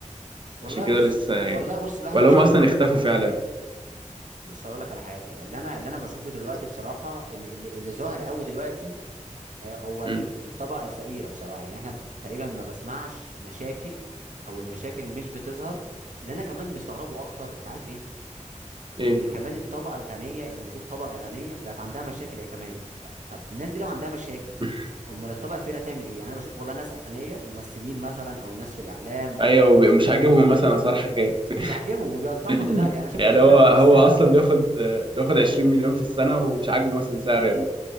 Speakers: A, on the right; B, on the right.
A: والله
B: عشان كده
A: بص
B: لسه يعني
A: والله بص الواحد
B: ولا
A: مش
B: هم
A: عارف
B: اصلا اختفوا فعلا
A: بص اقول لك على حاجه اللي انا اللي انا بشوفه دلوقتي بصراحه اللي, اللي اللي ظاهر قوي دلوقتي آه، هو ال-
B: مم.
A: الطبقه الفقيره بصراحه يعني احنا تقريبا ما بسمعش مشاكل او المشاكل مش بتظهر اللي انا كمان مستغربه اكتر انت عارف ايه
B: ايه
A: ان كمان الطبقه الغنيه اللي المفروض طبقه غنيه بقت عندها مشاكل يا كمان ف... طب الناس دي لو عندها مشاكل
B: <laughs>
A: امال الطبقه الفقيره تعمل ايه يعني انا بشوف والله ناس اغنياء ممثلين مثلا او ناس في الاعلام او
B: ايوه وبي- مش عاجبهم مثلا اسعار حاجات
A: مش عاجبهم وبينتقدوا
B: <laughs>
A: ده يعني انا شفت
B: يعني
A: قبل
B: هو
A: كده ممثله
B: هو اصلا بياخد بياخد
A: اه
B: 20 مليون في السنة ومش عاجبه مثلا سعر ال-